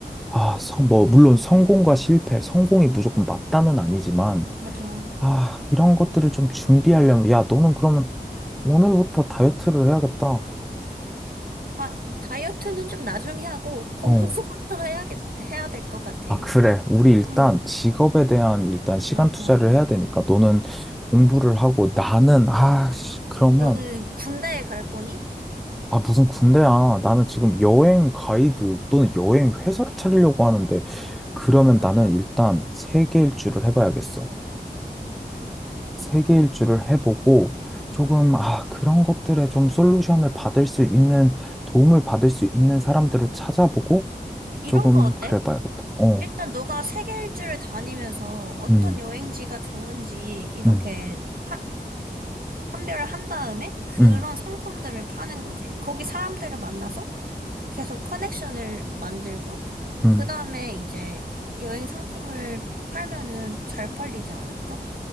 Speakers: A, in the centre; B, on the right (about 60°).
A: 아, 성, 뭐, 물론 성공과 실패, 성공이 무조건 맞다는 아니지만,
B: 맞아.
A: 아, 이런 것들을 좀 준비하려면, 야, 너는 그러면 오늘부터 다이어트를 해야겠다.
B: 아, 다이어트는 좀 나중에 하고, 공부부터
A: 어.
B: 해야겠, 해야 될 것 같아.
A: 아, 그래. 우리 일단
B: 응,
A: 직업에 대한 일단 시간
B: 맞아.
A: 투자를 해야 되니까, 너는 공부를 하고, 나는, 아, 씨, 그러면,
B: 너는 군대에 갈 거니?
A: 아, 무슨 군대야. 나는 지금 여행 가이드 또는 여행 회사를 차리려고 하는데, 그러면
B: 맞아.
A: 나는 일단 세계 일주를 해봐야겠어. 세계 일주를 해보고, 조금, 아, 그런 것들에 좀 솔루션을 받을 수 있는, 도움을 받을 수 있는 사람들을 찾아보고,
B: 이런
A: 조금
B: 거 어때?
A: 그래 봐야겠다. 어,
B: 일단 너가 세계 일주를 다니면서 어떤
A: 음,
B: 여행지가 좋은지 이렇게
A: 음,
B: 파- 판별을 한 다음에 그런
A: 음,
B: 상품들을 파는 거지. 거기 사람들을 만나서 계속 커넥션을 만들고
A: 음.
B: 그 다음에 이제 여행 상품을 팔면은 잘 팔리지 않을까?